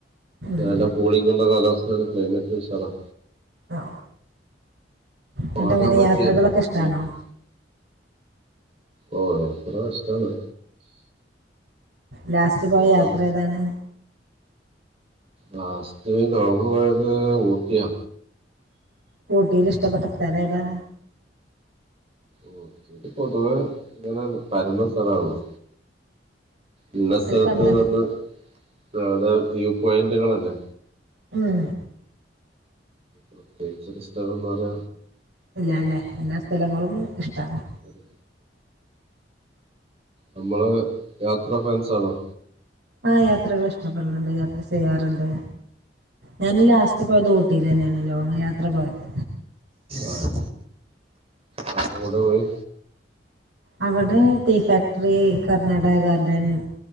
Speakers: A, on the right (about 80°); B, on the right (about 35°).
A: ഉം.
B: നല്ല കൂളിങ്ങുള്ള കാലാവസ്ഥയാണ് ക്ലൈമറ്റ് ഉസാറ
A: ആ എന്നിട്ട്
B: ഉറങ്ങാൻ
A: അങ്ങനെ
B: പറ്റിയ
A: യാത്രകളൊക്കെ ഇഷ്ടാണോ
B: സ്ഥലത്ത് ഓ യാത്ര ഇഷ്ടാണ്
A: ലാസ്റ്റ് പോയ
B: പോകാൻ
A: യാത്ര ഏതാണ്
B: ലാസ്റ്റ് ലോങ്ങ്‌ പോയത് ഊട്ടിയാ
A: ഊട്ടീല് ഇഷ്ടപ്പെട്ട സ്ഥലം ഏതാ
B: ഊട്ടീല് പൊതുവേ ഇങ്ങനെ പരന്ന സ്ഥലാണല്ലോ ഇന്ന സ്ഥലത്ത്ന്ന്
A: അതിൽ കണ്ടത്
B: പറഞ്ഞ് അവിടെ വ്യൂ പോയിന്റുകളല്ലേ
A: ഉം
B: പ്രത്യേകിച്ചൊരു സ്ഥലന്ന്‌ പറഞ്ഞ
A: ഇല്ലാല്ലെ എല്ലാ സ്ഥലങ്ങളും ഇഷ്ടാണ്
B: ഒരു നമ്മള് യാത്ര ഫാൻസാണോ
A: ആഹ് യാത്രകള് ഇഷ്ടപ്പെടല്ണ്ട് യാത്ര ചെയ്യാറ്ണ്ട് ഞാൻ ലാസ്റ്റ് പോയത് ഊട്ടിലെന്നെയാണ് ലോങ്ങ്‌ യാത്ര പോയത്
B: ആഹ് ആർടെ കൂടെ പോയി
A: അവടെ ടീ ഫാക്ടറി കർണാടക ഗാർഡൻ